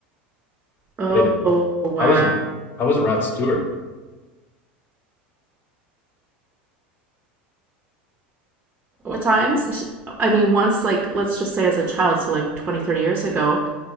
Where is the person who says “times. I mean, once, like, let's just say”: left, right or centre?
Right